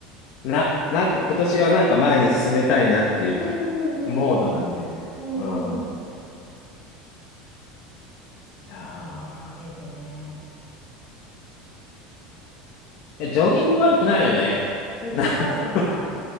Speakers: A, on the left; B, on the left.
A: な、なんか今年はなんか前に進めたいなっていうか、
B: うんうん。
A: モードなんだよね。
B: うんうん。
A: うん。いやー
B: そうね、デートね。
A: いやジョギング悪くないよね。
B: ジョギング悪くな
A: <laughs> なんか、